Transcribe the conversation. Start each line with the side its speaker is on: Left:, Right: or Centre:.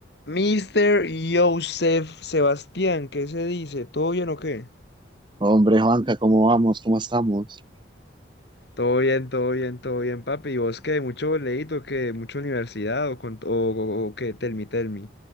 Left: Mister Joseph Sebastián, ¿qué se dice? ¿Todo bien o qué?
Right: Hombre, Juanca, ¿cómo vamos? ¿Cómo estamos?
Left: Todo bien, todo bien, todo bien, papi. ¿Y vos qué? ¿Mucho boleíto? ¿Qué? ¿Mucha universidad? ¿O, con, o, o- o qué? Tell me, tell me.